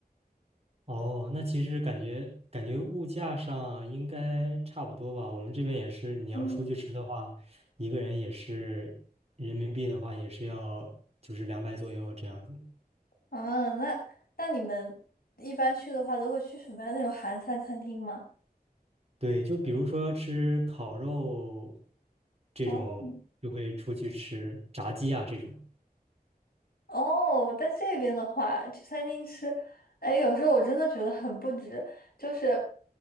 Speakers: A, on the right; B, on the left.
A: 哦，那其实感觉感觉物价上啊应该差不多吧。我们这边也是，你要出去吃的话，
B: 嗯，
A: 一个人也是人民币的话，也是要就是两百左右这样子。
B: 啊，那那你们一般去的话，都会去什么样那种韩餐餐厅吗？
A: 对，就比如说吃烤肉这种，
B: 哦。
A: 就会出去吃炸鸡啊这种。
B: 哦，在这边的话，去餐厅吃，哎，有时候我真的觉得很不值。就是，